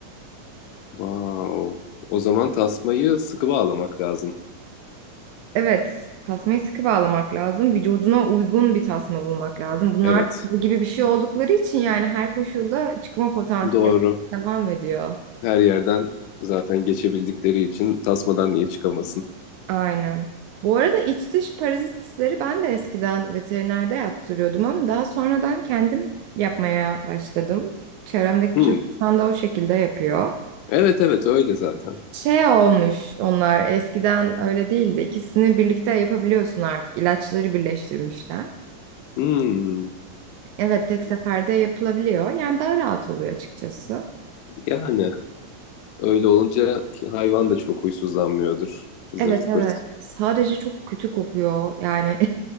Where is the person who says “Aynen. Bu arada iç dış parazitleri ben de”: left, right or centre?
Right